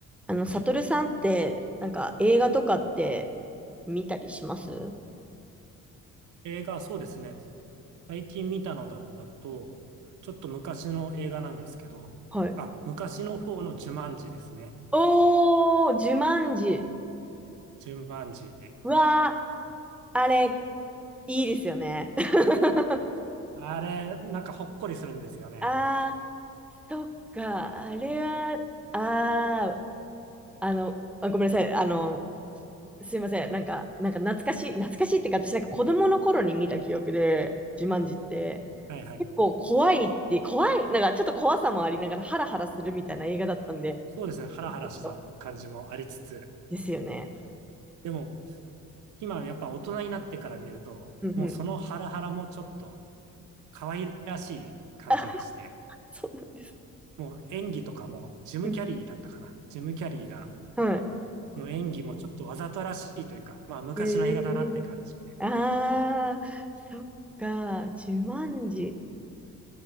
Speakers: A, in the centre; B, on the right.
A: あの、サトルさんって、なんか映画とかって見たりします
B: 映画、そうですね。最近見たのだと、ちょっと昔の映画なんですけど、
A: はい。
B: あ、昔の方のジュマンジですね。
A: おー、ジュマンジ。
B: ジュマンジ。
A: うわー、あれ、いいですよね。<laughs>
B: あれ、なんかほっこりするんですよね。
A: あー、そっか、あれは、あー、あの、あ、ごめんなさい、あの、すいません、なんか、なんか懐かしい、懐かしいってか、私なんか子供の頃に見た記憶で、ジュマンジって、
B: はいはい。
A: 結構怖いって、怖い、なんかちょっと怖さもありながらハラハラするみたいな映画だったんで、
B: そうですね。ハラハラした感じもありつつ、
A: ちょっとですよね。
B: でも今やっぱ大人になってから見ると、
A: うんうん。
B: もうそのハラハラもちょっと可愛らしい感じがして、
A: <laughs> あ、そうなんです。
B: もう演技とかもジム・
A: うん。
B: キャリーだったかな。ジム・キャリーが、
A: は
B: の演技もちょっとわざとらしいというか、まあ昔の映画だなって感じ。
A: い。ええああー、そっか、自慢時。